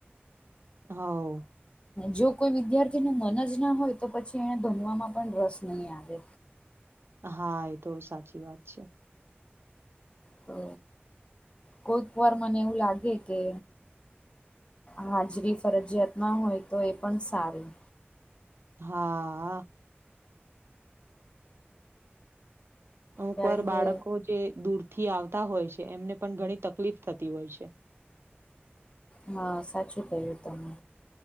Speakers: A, on the right; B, on the left.
A: હાઓ
B: જો કોઈ વિદ્યાર્થીને મન જ ના હોય તો પછી એને ભનવામાં પણ રસ નહી આવે.
A: હા એ તો સાચી વાત છે.
B: તો કોઈક વાર મને એવું લાગે કે હાજરી ફરજિયાત ના હોય તો એ પણ સારું.
A: હા અમુક
B: કારણ
A: વાર બાળકો
B: કે
A: જે દૂરથી આવતા હોય છે એમને પણ ઘણી તકલીફ થતી હોય છે.
B: હા સાચું કહ્યું તમે.